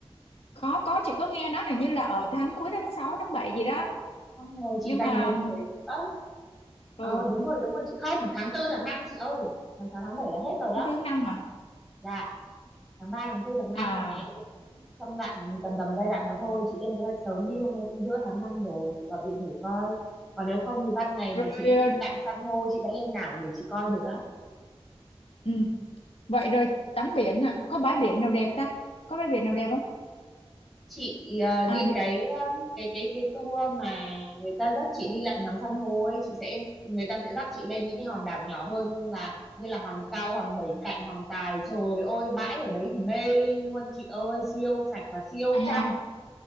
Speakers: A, on the left (about 65°); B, in the centre.
A: có có chị có nghe nói hình như là ở tháng
B: đó
A: cuối tháng 6 tháng 7 gì đó
B: xong rồi chị
A: nhưng
B: dành
A: mà
B: một buổi nữa ờ
A: ừ
B: đúng rồi đúng rồi chị không tháng tư tháng năm chị ơi tháng sáu tháng bảy là hết rồi đó
A: tháng tư tháng năm hả
B: dạ tháng ba tháng tư tháng năm
A: à
B: này em cũng trong đoạn tầm tầm giai đoạn đó thôi chị lên kế hoạch sớm đi hôm nay cũng giữa tháng năm rồi chị gọi điện thử coi còn nếu không thì ban ngày
A: rồi,
B: mà chị đi
A: ờ,
B: lặn san hô chị vẫn lên đảo để chị coi được đó
A: ừ. vậy rồi tắm biển hả có bãi biển nào đẹp ta có bãi biển nào đẹp không
B: chị ờ, đi
A: à đi
B: cái um, cái cái cái tour mà người ta dắt chị đi lặn ngắm san hô ấy chị sẽ người ta sẽ dắt chị lên những cái hòn đảo nhỏ hơn nhưng là như là hòn cao hòn bảy cạnh hòn tài trời ơi bãi ở đấy thì mê ly luôn chị ơi siêu sạch và siêu
A: à
B: trong